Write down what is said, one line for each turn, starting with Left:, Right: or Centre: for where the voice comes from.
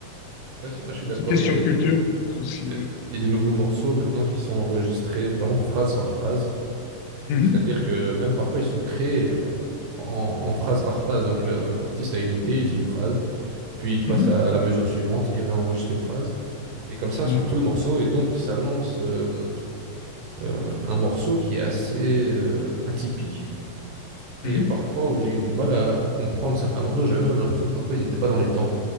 Right: Ouais, c'est vrai, je suis d'accord.
Left: C'est une question
Right: Il y a des
Left: de culture, peut-être aussi,
Right: il
Left: ouais.
Right: y a des nouveaux morceaux maintenant qui sont enregistrés vraiment phrase par phrase.
Left: Mhm,
Right: Donc, c'est-à-dire que même parfois, ils sont créés euh, en, en phrase par phrase. Donc, le- l'artiste a une idée, il dit une phrase, puis il passe
Left: mhm,
Right: à la mesure suivante, il réenregistre une phrase, et comme ça sur
Left: exact.
Right: tout le morceau. Et donc, ça lance euh, euh, un morceau qui est assez euh, atypique. Et
Left: Mhm,
Right: parfois, où j'ai eu du mal à, à comprendre certains morceaux, j'avais même l'impression que parfois, ils n'étaient pas dans les temps,